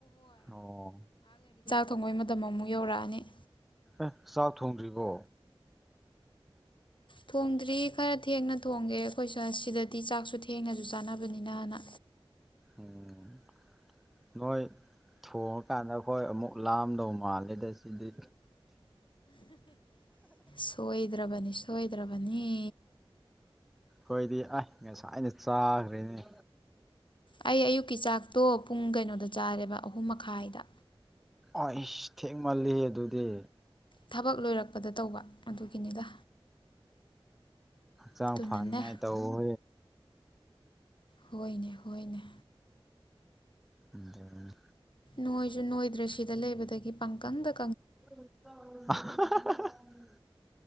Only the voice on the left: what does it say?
ꯀꯪꯕꯩ ꯃꯇꯝ ꯑꯃꯨꯛ ꯌꯧꯔꯛꯑꯅꯤ
ꯊꯣꯡꯗ꯭ꯔꯤ ꯈꯔ ꯊꯦꯡꯅ ꯊꯣꯡꯉꯦ ꯑꯩꯈꯣꯏꯁꯨ ꯁꯤꯗꯗꯤ ꯆꯥꯛꯁꯨ ꯊꯦꯡꯅꯁꯨ ꯆꯥꯅꯕꯅꯤꯅꯅ
ꯁꯣꯏꯗ꯭ꯔꯕꯅꯤ ꯁꯣꯏꯗ꯭ꯔꯕꯅꯤ
ꯑꯩ ꯑꯌꯨꯛꯀꯤ ꯆꯥꯛꯇꯣ ꯄꯨꯡ ꯀꯩꯅꯣꯗ ꯆꯥꯔꯦꯕ ꯑꯍꯨꯝ ꯃꯈꯥꯏꯗ
ꯊꯕꯛ ꯂꯣꯏꯔꯛꯄꯗ ꯇꯧꯕ ꯑꯗꯨꯒꯤꯅꯤꯗ
ꯑꯗꯨꯅꯅꯦ
ꯍꯣꯏꯅꯦ ꯍꯣꯏꯅꯦ
ꯅꯣꯏꯁꯨ ꯅꯣꯏꯗ꯭ꯔꯦ ꯁꯤꯗ ꯂꯩꯕꯗꯒꯤ ꯄꯥꯡꯀꯪꯗ